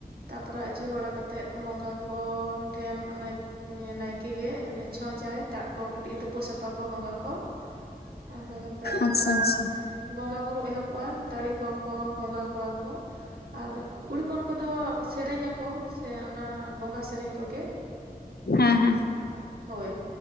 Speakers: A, on the right; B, on the left.
A: ᱛᱟᱨᱯᱚᱨᱮ ᱟᱹᱪᱩᱨ ᱵᱟᱲᱟ ᱠᱟᱛᱮᱫ ᱵᱚᱸᱜᱟ ᱠᱚ ᱴᱷᱮᱱ ᱚᱱᱮ ᱦᱩᱸ ᱱᱟᱭᱠᱮ ᱜᱮ ᱪᱷᱚᱸᱪᱟᱭ ᱫᱟᱜ ᱠᱚ ᱠᱟᱹᱴᱤᱡ ᱛᱩᱯᱩ ᱥᱟᱯᱟ ᱠᱚ ᱵᱚᱸᱜᱟ ᱠᱚ ᱚᱱᱠᱟ ᱠᱟᱛᱮᱫ
B: ᱟᱪᱪᱷᱟ
A: ᱟᱫᱚ
B: ᱟᱪᱪᱷᱟ
A: ᱵᱚᱸᱜᱟᱼ ᱵᱳᱨᱳ ᱮᱦᱚᱵᱚᱜᱼᱟ ᱫᱟᱬᱮ ᱠᱚᱠᱚ ᱵᱚᱸᱜᱟ ᱠᱚᱣᱟ ᱠᱚ᱾ ᱟᱨ ᱠᱩᱲᱤ ᱦᱚᱯᱚᱱ ᱠᱚᱫᱚ ᱥᱮᱨᱮᱧᱟᱠᱚ ᱥᱮ ᱚᱱᱟ ᱵᱚᱸᱜᱟ ᱥᱮᱨᱮᱧ ᱠᱚᱜᱮ
B: ᱦᱮᱸ ᱦᱮᱸ
A: ᱚᱱᱟ ᱦᱳᱭ